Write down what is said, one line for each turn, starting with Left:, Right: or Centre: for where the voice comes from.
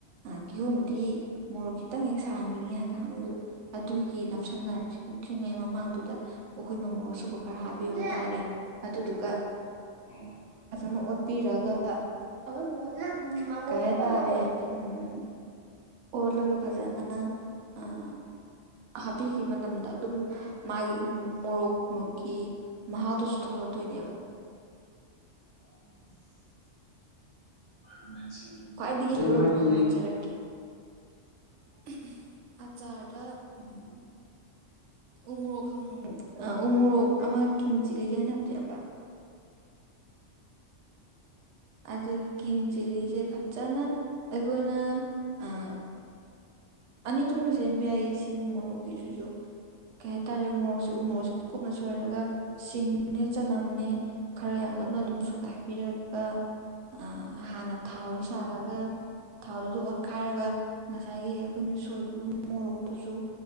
Right: ꯑꯥ ꯀꯤꯍꯣꯝꯗꯤ ꯃꯣꯔꯣꯛ ꯈꯤꯇꯪ ꯍꯦꯛ ꯁꯥꯍꯟꯅꯤꯡꯉꯦ ꯍꯥꯏ ꯀꯥꯟꯗꯁꯨ ꯑꯗꯨꯒꯤ ꯅꯞꯁꯤꯟꯅꯗ꯭ꯔꯤꯉꯩ ꯃꯃꯥꯡꯗꯨꯗ ꯎꯞ ꯈꯨꯨꯠꯅꯥ ꯃꯣꯔꯣꯛ ꯑꯁꯨꯕ ꯈꯔ ꯍꯥꯞꯄꯤꯕ ꯇꯥꯔꯦ ꯑꯗꯨꯗꯨꯒ
Left: ꯎꯝ
Right: ꯐꯖꯅ ꯑꯣꯠꯄꯤꯔꯒ ꯀꯩꯍꯥꯏꯇꯔꯦ ꯎꯝ ꯑꯣꯠꯂꯒ ꯐꯖꯅ ꯑꯥ
Left: <unintelligible>
Right: ꯍꯥꯞꯄꯤꯈꯤꯕ ꯃꯇꯝꯗ ꯑꯗꯨꯝ ꯃꯥꯒꯤ ꯃꯣꯔꯣꯛ ꯃꯨꯛꯀꯤ ꯃꯍꯥꯎꯗꯨꯁꯨ ꯊꯣꯛꯂꯛꯇꯣꯏꯅꯦꯕ
Left: <unintelligible> ꯑꯗꯨꯃꯥꯏꯅ ꯁꯦꯝꯗꯣꯏꯅꯦꯕ
Right: ꯈ꯭ꯋꯥꯏꯗꯒꯤ
Left: ꯑꯗꯣ
Right: ꯂꯣꯏꯕ
Left: ꯃꯥꯒꯤ
Right: ꯑꯃꯒ ꯍꯥꯏꯖꯔꯛꯀꯦ <unintelligible> ꯑꯆꯥꯔꯗ ꯎꯝ ꯎꯃꯣꯔꯣꯛ ꯈꯪ ꯎꯃꯣꯔꯣꯛ ꯑꯃ ꯀꯤꯡ ꯆꯤꯜꯂꯤꯒꯥ ꯍꯥꯏꯅꯕꯗꯨꯣ ꯏꯌꯥꯝꯕ ꯑꯗꯨꯒꯤ ꯀꯤꯡ ꯆꯤꯂꯤꯁꯦ ꯐꯖꯅ ꯑꯩꯈꯣꯏꯅ ꯑꯥ ꯑꯅꯤ ꯊꯣꯛꯅ ꯁꯦꯝꯕ ꯌꯥꯏꯌꯦ ꯁꯤꯡ ꯃꯣꯔꯣꯛꯀꯤꯁꯤꯁꯨ ꯀꯩꯍꯥꯏꯇꯥꯔꯦ ꯎꯃꯣꯔꯣꯛꯁꯨ ꯎꯃꯣꯔꯣꯛꯁꯦ ꯀꯨꯞꯅ ꯁꯣꯏꯔꯒ ꯁꯤꯡꯅꯦ ꯆꯅꯝꯅꯦ ꯈꯔ ꯌꯥꯝ ꯂꯞꯅ ꯑꯗꯨꯝ ꯁꯨꯒꯥꯏꯕꯤꯔꯒ ꯑꯥ ꯍꯥꯟꯅ ꯊꯥꯎꯗꯨ ꯁꯥꯍꯜꯂꯒ ꯊꯥꯎꯗꯨꯗ ꯑꯣꯠꯈꯥꯏꯔꯒ ꯉꯁꯥꯏꯒꯤ ꯑꯩꯈꯣꯏꯅ ꯁꯣꯏꯈꯤꯕ ꯃꯣꯔꯣꯛꯇꯨꯁꯨ